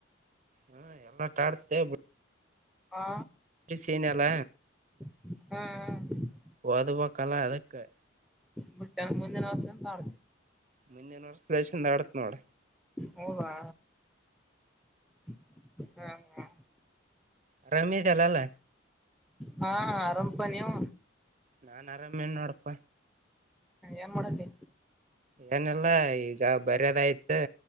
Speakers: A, on the right; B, in the centre.
A: ಹಾ ಎಲ್ಲ ಟಾಡ್ತೇ ಬಿ
B: ಹಾ
A: ಸನಲ್ಲ
B: ಹ್ಮ್ ಹ್ಮ್
A: ಒದಪಾಕಲ್ಲ ಅದಕೇ
B: ಮುಟ್ಟೆ ಮುಂದಿನಿವಸ ತಳ
A: ಮುಂದಿನ ವರ್ಷ ಲಸಿನಿಂದ ಆಡ್ತಿನಿ ನೋಡ
B: ಹೌದಾ ಹ್ಮ ಹಾ
A: ಆರಾಮಿದಲ್ಲಲ್ಲ
B: ಹಾ ಆರಾಮಪ ನೀವು
A: ನಾನ್ ಆರಾಮೇ ನೋಡಪ್ಪ
B: ಏನ್ ಮಾಡ್ತಿ
A: ಏನಿಲ್ಲ ಜಾ ಬರಿಯಾದ್ ಆಯಿತೇ